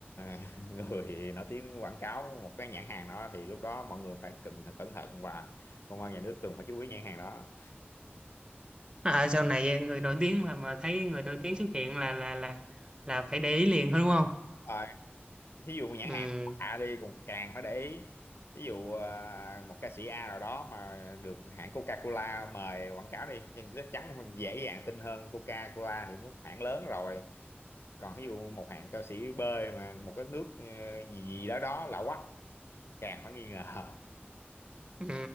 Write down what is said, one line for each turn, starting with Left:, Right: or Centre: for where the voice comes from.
Left: <laughs> người nổi tiếng quảng cáo một cái nhãn hàng đó thì lúc đó mọi người phải cần cẩn thận và công an nhà nước cần phải chú ý nhãn hàng đó
Right: à, sau này người nổi tiếng mà mà thấy người nổi tiếng xuất hiện là là là là phải để ý liền thôi đúng không
Left: Rồi, thí dụ nhãn
Right: Ừ,
Left: hàng A đi còn càng phải để ý ví dụ ờ, một ca sĩ A nào đó mà được hãng Coca-Cola mời quảng cáo đi thì chắc chắn dễ dàng tin hơn Coca-Cola thì cũng hãng lớn rồi còn ví dụ một hãng ca sĩ B mà một cái nước ờ, gì gì đó đó lạ quắc càng phải nghi ngờ
Right: Ừ,